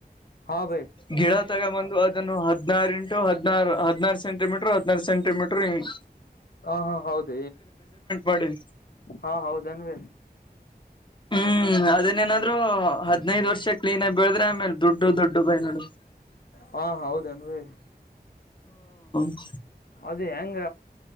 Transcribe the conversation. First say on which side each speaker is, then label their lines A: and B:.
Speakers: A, on the left; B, on the left.
A: ಹಾ ಬೈ
B: ಗಿಡ ತಗೊ ಬಂದು ಅದನ್ನು ಹ ಹದನಾರು ಇಂಟು ಹದನರೂ ಹದನಾರು ಸಂಟಿಮೀಟರ್ ಹದಿನಾರು ಸೆಂಟಿಮೀಟರ್ ಹ್.
A: ಹಾ ಹಾ ಹೌದ
B: ಮಾಡಿ
A: ಹಾ ಹೌದನ್ವ.
B: ಹ್ಮ್ ಅದನ್ ಏನಾದ್ರು ಹದ್ನೈದ ವರ್ಷ ಕ್ಲೀನ್ ಆಗಿ ಬೆಳದ್ರೆ ಆಮೇಲ್. ದೊಡ್ಡು ದೊಡ್ಡುು ಬ
A: ಹಾ ಹೌದನ್ ಬೈ
B: <unintelligible>
A: ಅದು ಹೆಂಗ